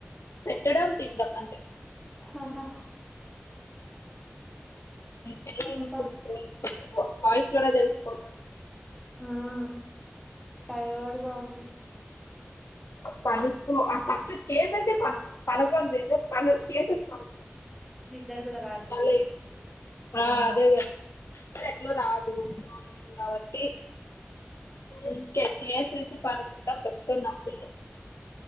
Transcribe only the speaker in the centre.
ఆహా
ఇంకా
ఉమ్ టయర్డ్ గా ఉంది
నిదర కూడా రాదులే